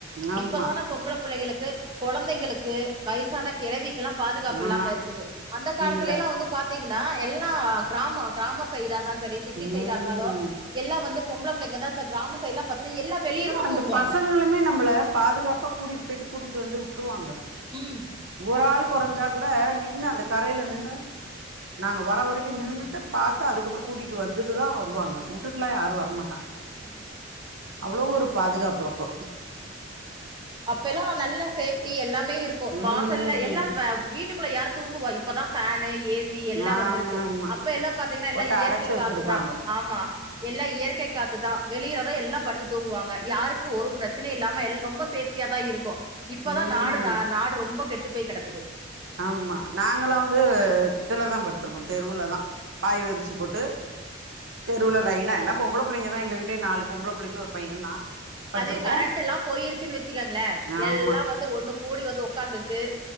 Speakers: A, on the right; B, on the right.
A: ஆமா
B: இப்பதான பொம்பள புள்ளைகளுக்கு கொழந்தைங்களுக்கு வய்சான கெழவிக்கெல்லா பாதுகாப்பு
A: ஆ
B: இல்லாம இருக்குது அந்த காலத்துல
A: இல்ல
B: எல்லா வந்து பாத்தீங்கன்னா எல்லா க்ராமொ க்ராம சைடா இருந்தாலு செரி சிட்டி
A: ம்
B: சைடா இருந்தாலு எல்லா வந்து பொம்பள புள்ளெங்கதா இப்ப க்ராம சைட்லா பாத்தனா எல்லா வெளியேதா
A: இல்ல அந்த
B: தூங்குவாங்க
A: பசங்களுமே நம்மள பாதுகாப்பா கூட்டிட்டு போய்ட்டு கூட்டிட்டு வந்து உட்டுருவாங்க
B: ம்
A: ஒரு ஆளு கொறஞ்சா கூட நின்னு அந்த கரைல நின்னு நாங்க வர வரக்கு நின்னுட்டு பாத்தா அதுக்கப்பறொ கூட்டிட்டு வந்துட்டு தா வருவாங்க உட்டுட்டு எல்லா யாரு வரமாட்டாங்க
B: ம்
A: அவ்ளோ ஒரு பாதுகாப்பு அப்போ
B: அப்ப எல்லா நல்லா சேஃப்டி எல்லாமே இருக்கு
A: ம்
B: வாசல்ல எல்லா வ வீட்டுக் குள்ள யாரு தூங்குவா இப்பதா ஃபேனு ஏ சி எல்லா
A: ஆமா
B: வந்திருக்கு
A: ஆமா
B: அப்ப எல்லா பாத்தீங்கன்னா எல்லா
A: போட்டு
B: இயற்கை
A: அடைச்சு வச்சிருப்பாங்க
B: காத்துதா ஆமா எல்லா இயற்கை காத்துதா வெளியறதா எல்லா படுத்து தூங்குவாங்க யாருக்கு ஒரு ப்ரச்சனயு இல்லாம ரொம்ப சேஃப் டியாதா இருக்கோ இப்பதா
A: ம்
B: நாடு நாடு ரொம்ப கெட்டு போய் கடக்குது
A: ஆமா நாங்கல்லா வந்து இதுலதா படுத்திருப்போ தெருவுலதா பாய் விறுச்சு போட்டு தெருவுல லைனா எல்லா பொம்பள பிள்ளைங்க தா எங்க வீட்லயே நாலு பொம்பள பிள்ளைங்க ஒரு பையந் தா படுத்திருப்போ
B: அது கரண்ட் எல்லா போயிருச்சுன்னு வச்சுக்கங்களே
A: ஆமா
B: எல்லா வந்து ஒண்ணு கூடி வந்து உக்காந்துட்டு